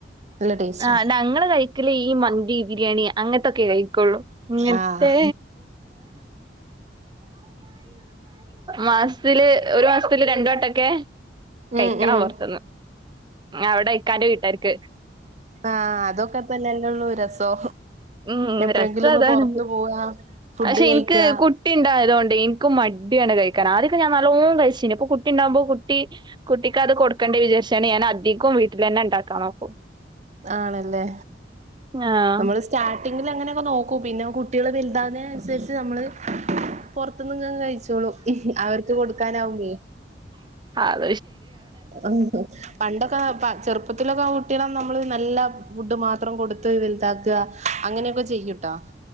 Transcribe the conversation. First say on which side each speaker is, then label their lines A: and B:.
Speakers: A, on the right; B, on the right.
A: നല്ല ടേസ്റ്റാ
B: ആ ഞങ്ങള് കഴിക്കല ഈ മന്തി ബിരിയാണി അങ്ങനത്തൊക്കെ കഴിക്ക ള്ളൂ ഇങ്ങത്തെ
A: ആഹ്
B: മാസത്തില് ഒരു മാസത്തില് രണ്ടു വട്ടക്കെ കഴിക്കണം
A: ഉം ഉം
B: പുറത്തുന്ന് അവിടെ ഇക്കാന്റെ വീട്ടർക്ക്
A: ആ അതൊക്കെ തല്ലല്ലള്ളൂ രസോ
B: ഉം
A: എപ്പോഴെങ്കിലും
B: രസം
A: ഒന്ന്
B: അതാണ്
A: പുറത്ത പോവാ ഫുഡ്
B: പക്ഷെ
A: കഴിക്കാ
B: എനിക്ക് കുട്ടി ഉണ്ടായതൊണ്ട് എനിക്ക് മടിയാണ് കഴിക്ക ആക്കം ഞാൻ നല്ലോ കഴിച്ച ഇപ്പൊ കുട്ടി ഉണ്ടാവുമ്പോ കുട്ട കുട്ടിക്ക അത് കൊടുക്കേണ്ട വിചാരിച്ചാണ് ഞാൻ അധികം വീട്ടിൽ തന്നെ ഉണ്ടാക്കാൻ നോക്കും
A: ആണല്ലേ
B: ആഹ്
A: നമ്മള് സ്റ്റ ട്ടിങ്ങിൽ അങ്ങനെയൊക്കെ നോക്കും പിന്നെ കുട്ടികൾ വലുതാന്നതിന അനുസരിച്ച് നമ്മൾ പൊറത്തിന്ന് ഇങ്ങാൻ കഴിച്ചോളൂ അവർക്ക് കൊടുക്കാനാവുമ്പേ
B: ആത
A: ആ പണ്ടൊക്കെ ചെറുപ്പ ഇപ്പത്തിലൊക്കെ ആ കുട്ടികളെ നമ്മള് നല്ല ഫുഡ് മാത്രം കൊടുത്ത് വലുതാക്കുക അങ്ങനെയൊക്കെ ചെയ്യൂട്ടോ